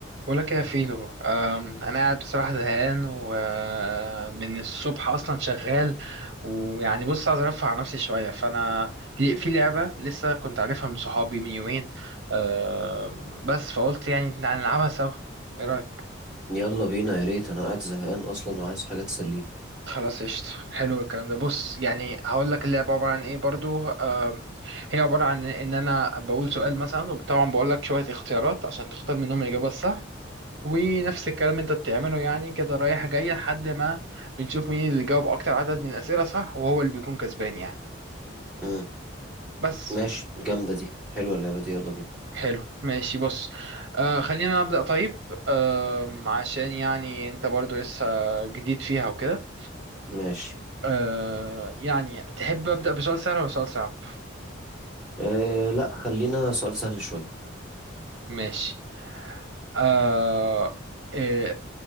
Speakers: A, on the right; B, in the centre.
A: بقولك إيه يا فيلو أم، انا قاعد بصراحه زهقان ومن الصبح اصلا شغال ويعني بص عايز ارفع عن نفسي شويه فانا لي- في لعبه لسه كنت عارفها من صحابي من يومين أم، بس فقلت يعني نلعبها سوا ايه رايك
B: يلا بينا يا ريت انا قاعد زهقان اصلا وعايز حاجه تسليني
A: خلاص قشطة حلو الكلام ده بص يعني هقول لك اللعبة عبارة عن ايه برضو أم، هي عبارة عن ان انا بقول سؤال مثلا وطبعا بقول لك شوية اختيارات عشان تختار منهم الإجابة الصح ونفس الكلام انت بتعمله يعني كده رايح جاي لحد ما بنشوف مين اللي جاوب اكتر عدد من الاسئله صح وهو اللي بيكون كسبان يعني
B: امم
A: بس
B: ماشي جامده دي حلوه اللعبه دي يلا بينا
A: حلو ماشي بص آه خلينا نبدا طيب آه عشان يعني انت برضو لسه جديد فيها وكده
B: ماشي
A: آه يعني تحب ابدا بسؤال سهل ولا سؤال صعب
B: أه لا خلينا سؤال سهل شويه
A: ماشي آه آه